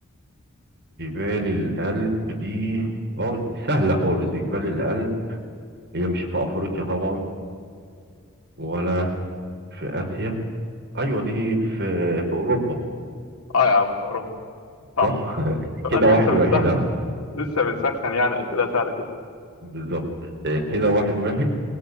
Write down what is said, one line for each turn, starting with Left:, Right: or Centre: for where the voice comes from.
Right: جبال الألب دي اه دي سهلة خالص دي جبال الألب هي مش في افريقيا طبعا ولا في اسيا ايوه دي في في اوروبا
Left: اه يا عم أوروبا صح
Right: صح <laughs>
Left: سؤال
Right: كده واحد
Left: لسه بنسخن
Right: واحد ها
Left: لسه بنسخن يعني أسئلة سهلة كده
Right: بالظبط آه، كده واحد واحد